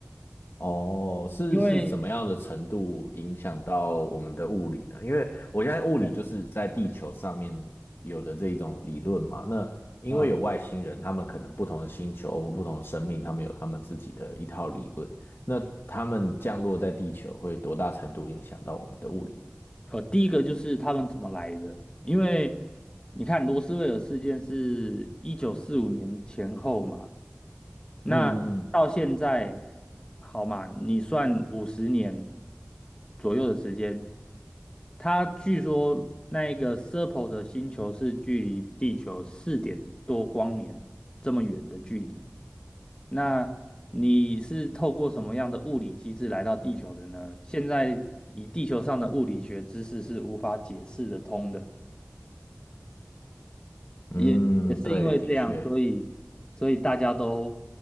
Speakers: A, on the left; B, on the left.
A: 哦，是是怎么样的程度影响到我们的物理呢？
B: 因为
A: 因为我相信物理就是在地球上面有的这一种理论嘛。
B: 啊。
A: 那因为有外星人，
B: 嗯
A: 他们可能不同的星球或不同的生命，他们有他们自己的一套理论。那他们降落在地球会多大程度影响到我们的物理呢？
B: 呃，第一个就是他们怎么来的，因为你看罗斯威尔事件是一九四五年前后嘛，那到现在
A: 嗯嗯
B: 好嘛，你算五十年左右的时间，他据说那一个 Serpo 的星球是距离地球四点多光年这么远的距离，那你是透过什么样的物理机制来到地球的呢？现在以地球上的物理学知识是无法解释得通的，
A: 嗯嗯，
B: 也也是因为这样，
A: 对，的确，
B: 所以所以大家都